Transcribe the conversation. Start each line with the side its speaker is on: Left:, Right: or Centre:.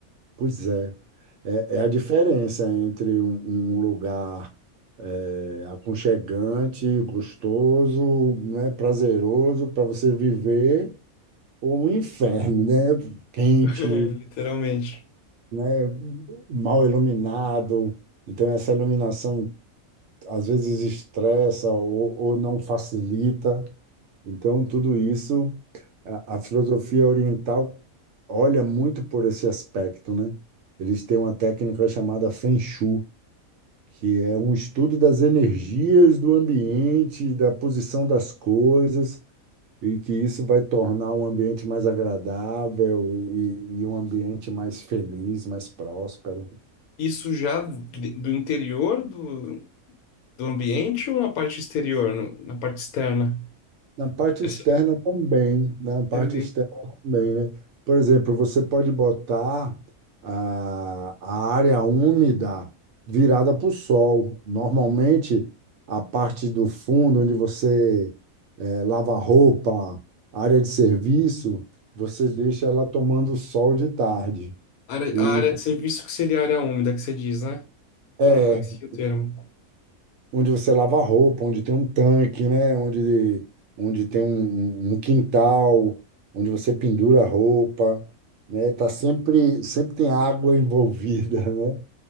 Right: Pois é, é, é a diferença entre um, um lugar É aconchegante, gostoso, né, prazeroso para você viver, ou um inferno, né? Quente,
Left: <laughs> Literalmente.
Right: né, mal iluminado. Então, essa iluminação às vezes estressa ou, ou não facilita. Então, tudo isso, a, a filosofia oriental olha muito por esse aspecto, né? Eles têm uma técnica chamada Feng Shui, que é um estudo das energias do ambiente, da posição das coisas, e que isso vai tornar um ambiente mais agradável e, e um ambiente mais feliz, mais próspero.
Left: Isso já de- do interior do, do ambiente ou na parte exterior, no- na parte externa?
Right: Na parte
Left: Essa
Right: externa também, né? na parte
Left: também.
Right: externa também, né? Por exemplo, você pode botar a, a área úmida virada para o sol. Normalmente, a parte do fundo, onde você eh, lava roupa, área de serviço, você deixa ela tomando sol de tarde.
Left: A área,
Right: E
Left: a área de serviço que seria a área úmida que você diz, né?
Right: é,
Left: Eu não conhecia o termo.
Right: onde você lava a roupa, onde tem um tanque, né? Onde, onde tem um, um um quintal, onde você pendura a roupa, né? Tá sempre, sempre tem água <laughs> envolvida, né?